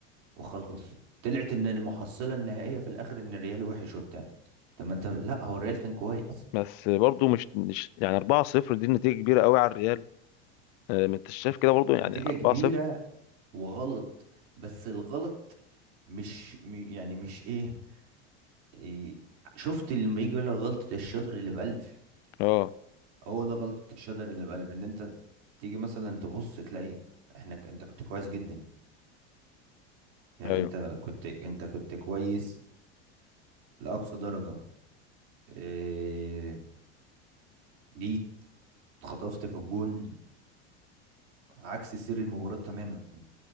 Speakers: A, on the right; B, on the left.
A: وخلاص طلعت ان المحصلة النهائية في الاخر ان الريال وحش وبتاع طب ما انت لا هو الريال كان كويس
B: بس برضو مش مش يعني 4-0 دي نتيجة كبيرة قوي على الريال آه، ما انت شايف كده برضو يعني
A: نتيجة
B: 4-0
A: كبيرة وغلط بس الغلط مش م- يعني مش ايه, إيه شفت لما يجي يقول لك غلطة الشاطر اللي بألف
B: اه
A: هو ده غلطة الشاطر اللي بألف ان انت تيجي مثلا تبص تلاقي احنا ك- انت كنت كويس جدا يعني
B: ايوه
A: انت كنت انت كنت كويس لأقصى درجة إيه جيت اتخطفت في الجون عكس سير المباراة تماما